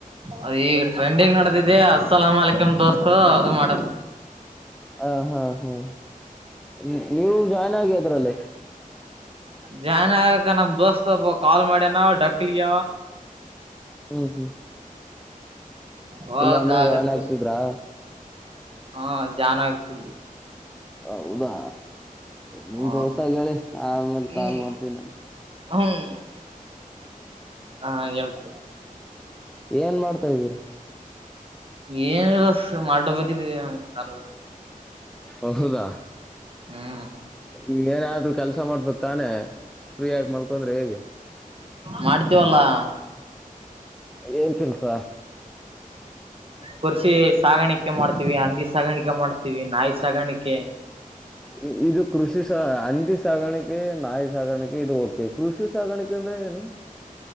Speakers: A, on the right (about 40°); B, in the centre.
A: ಹೌ ಅ ಈ ಟ್ರೆಂಡಿಂಗ್ ನಡೆದಿದೆ ಅಸ್ಸಲಾಂ ವಾಲಿಕುಂ ದೋಸ್ತು ಅದು ಮಾಡ,
B: ಹ ಹಾ ಹೂ ಇ ನೀವು ಜಾಯ್ನ್ ಆಗಿ ಅದ್ರಲ್ಲೇ.
A: ಜಾಯನ್ ಆಗಕೆ ನಮ್ ದೋಸ್ತ್ಬ್ ಒಬ್ಬ ಕಾಲ್ ಮಾಡ್ಯನ ಡಕ್ಲಿಯ,
B: ಹ್ಮ್ ಹ್ಮ್
A: ಹೋಗಕ್
B: ಇಲ್ಲ ಅಂದ್ರೆ
A: ಆಗತ್ತ
B: ಜಾಯ್ನ್ ಆಗ್ತಿದ್ರಾ
A: ಹಾ ಜನ್ ಆಗ್ತಿದೆ
B: ಹೌದಾ ನಿಮ್ಮ
A: ಹ
B: ದೋಸ್ತ ಹೇಳಿ ಆಮೇಲೆ
A: ಹ್ಮ್
B: ಕಾಲ್ ಮಾಡ್ತೀನಿ ಅಂತ
A: ಹ್ಮ್ ಹಾ ಹೇಳ್ತೀನಿ
B: ಏನ್ ಮಾಡ್ತಾ ಇದ್ದೀರಾ
A: ಏನಿಲ್ಲ ಸು ಮಾಟು ಬದಿದ್ವಿ ದನೂ ಊರಿಗೆ,
B: ಹೊಸೂದ
A: ಹ್ಮ್
B: ಇಲ್ಲೇನಾದ್ರೂ ಕೆಲಸ ಮಾಡ್ಬೇಕ್ ತಾನೇ, ಫ್ರೀಯಾಗಿ ಮಲ್ಕೊಂಡ್ರೆ ಹೇಗೆ,
A: ಮಾಡ್ತೀವಲ್ಲಾ
B: ಏನ್ ಕೆಲ್ಸ
A: ಕುರ್ಸಿ ಸಾಗಾಣಿಕೆ ಮಾಡ್ತೀವಿ ಹಂದಿ ಸಾಗಾಣಿಕೆ ಮಾಡ್ತೀವಿ ನಾಯಿ ಸಾಗಾಣಿಕೆ
B: ಇ ಇದು ಕೃಷಿ ಹಂದಿ ಸಾಗಾಣಿಕೆ ನಾಯಿ ಸಾಗಾಣಿಕೆ ಇದು ಓಕೆ ಕೃಷಿ ಸಾಗಾಣಿಕೆ ದನ ಏನು